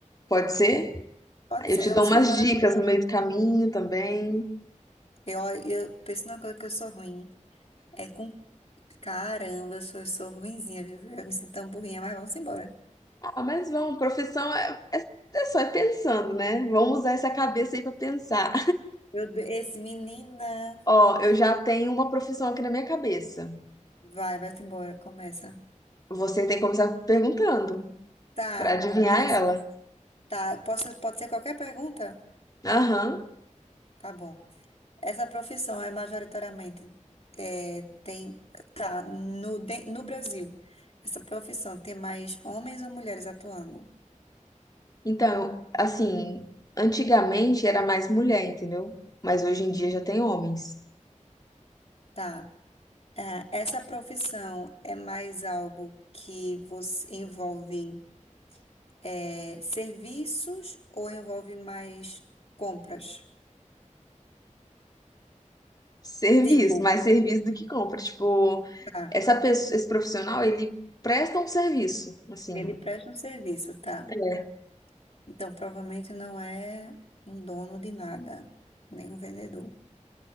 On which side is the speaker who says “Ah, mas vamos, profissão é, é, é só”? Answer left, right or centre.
Left